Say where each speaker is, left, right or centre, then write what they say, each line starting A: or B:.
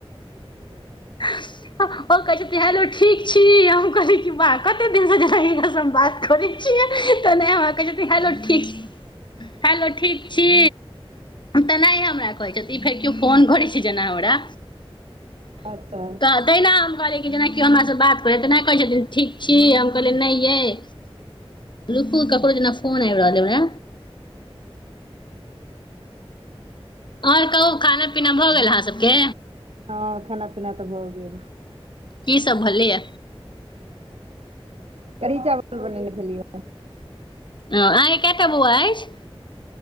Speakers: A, on the right; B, on the left.
A: <inaudible>
B: ओ कहै छेथिन हलो ठीक छी हम कहली क बा कते दिन से जा हम बात करै छियै त नहि हमरा कहै छथि हेलो ठीक हेलो ठीक छी तेना हमरा कहै केओ फोन करै छै जेना हमरा
A: अच्छा
B: तेहिना हम कहलियै कि जेनाकि हमरासँ बात करै तेना कहै छथिन ठीक छी हम कहलियै नहि अइ रुकू ककरो जेना फोन आबि रहल य हमरा
A: <inaudible>
B: आओर कहू खाना पीना भ गेल अहाँ सबके
A: हँ खाना पीना त भ गेल ने
B: की सब भेलैए
A: कढ़ी चावल बनेने छलिय
B: ह अहाँके केटा बौआ अछि